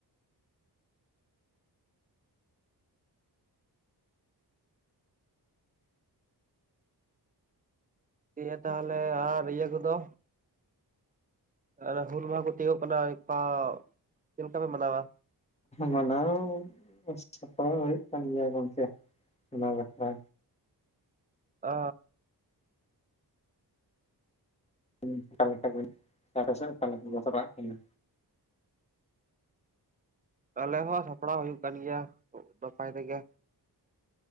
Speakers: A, on the right; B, on the left.
A: ᱫᱮᱭᱟ ᱛᱟᱦᱟᱞᱮ ᱟᱨ ᱤᱭᱟᱹ ᱠᱚᱫᱚ ᱟᱨ ᱦᱩᱞ ᱢᱟᱦᱟ ᱠᱚ ᱛᱤᱭᱳᱜᱚᱜ ᱠᱟᱱᱟ ᱤᱯᱟᱣ ᱪᱮᱫ ᱞᱮᱠᱟ ᱯᱮ ᱢᱟᱱᱟᱣᱟ
B: ᱢᱟᱱᱟᱣ ᱥᱟᱯᱲᱟᱣ ᱦᱩᱭᱩᱜ ᱠᱟᱱ ᱜᱮᱭᱟ ᱜᱚᱝᱠᱮ ᱚᱱᱟ ᱵᱟᱠᱷᱨᱟ
A: ᱚᱻ
B: ᱩᱸ ᱚᱠᱟ ᱞᱮᱠᱟ ᱜᱮ ᱠᱟᱨᱮᱥᱮᱜ ᱚᱠᱟ ᱞᱮᱠᱟ ᱜᱚᱥᱟᱨᱟᱜ ᱠᱟᱱᱟ
A: ᱟᱞᱮ ᱦᱚᱸ ᱥᱟᱯᱲᱟᱣ ᱦᱩᱭᱩᱜ ᱠᱟᱱ ᱜᱮᱭᱟ ᱱᱟᱯᱟᱭ ᱛᱮᱜᱮ